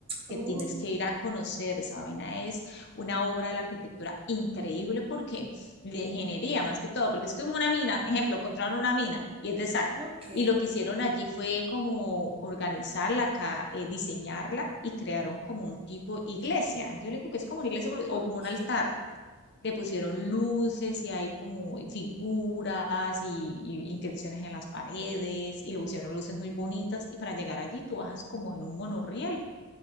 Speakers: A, on the left; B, on the right.
A: que
B: Oh,
A: tienes que ir a conocer. Esa vaina es una obra de la arquitectura increíble porque de ingeniería más que todo, porque es que una mina, ejemplo, encontraron una mina y es de sal.
B: ok.
A: Y lo que hicieron allí fue como organizarla, ca- eh, diseñarla y crearon como un tipo iglesia. Yo le digo que es como una iglesia pero-
B: Ok,
A: o como un altar. Le pusieron luces y hay como figuras y, y inscripciones en las paredes y le pusieron luces muy bonitas. Y para llegar allí tú bajas como en un monorriel.